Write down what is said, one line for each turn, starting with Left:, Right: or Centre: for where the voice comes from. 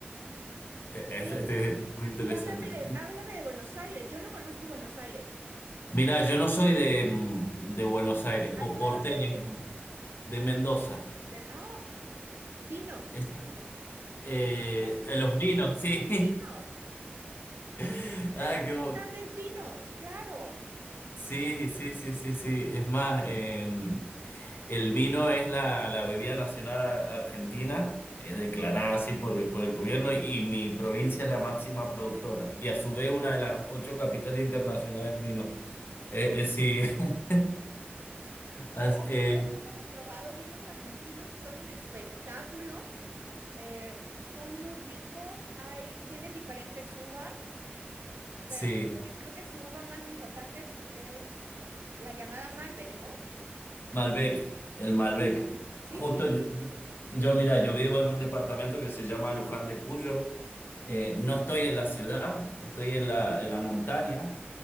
Left: eh, es,
Right: Oye,
Left: este es muy interesante.
Right: y háblame de, háblame de Buenos Aires. Yo no conozco Buenos Aires.
Left: Mirá, yo no soy de, mm, de Buenos Aires,
Right: ¿A
Left: o
Right: tú
Left: porteño,
Right: de dónde eres?
Left: como, de Mendoza.
Right: De, ah, vinos.
Left: Es, eh,
Right: Tres
Left: a los vinos, sí.
Right: grandes vinos.
Left: <laughs> Ah,
Right: Tres
Left: qué bo-
Right: grandes vinos, claro.
Left: Sí, sí, sí, sí, sí. Es más, em, El vino es la, la bebida nacional a- argentina, eh, declarada así por, por el gobierno, y mi provincia es la máxima productora, y a su vez una de las ocho capitales internacionales del vino. Eh, eh, sí, <laughs> as-
Right: Claro
Left: eh,
Right: que todo el mundo hemos probado vinos argentinos que son un espectáculo. Eh, son muy ricos. Hay, tienen diferentes uvas, pero
Left: sí,
Right: creo que, creo que su uva más importante es, es la llamada Malbec, ¿no?
Left: Malbec, el Malbec.
Right: Sí,
Left: Justo
Right: sí.
Left: yo, yo, mira, yo vivo en un departamento que se llama Luján de Cuyo. Eh, no estoy en la ciudad, estoy en la, en la montaña,